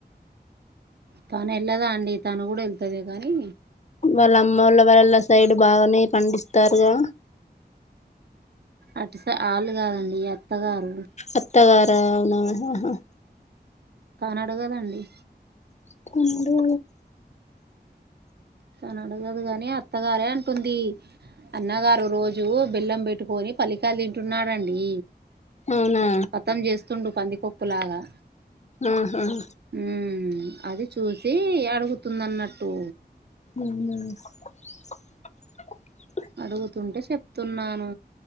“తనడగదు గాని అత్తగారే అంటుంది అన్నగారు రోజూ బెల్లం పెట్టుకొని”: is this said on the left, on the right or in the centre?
Right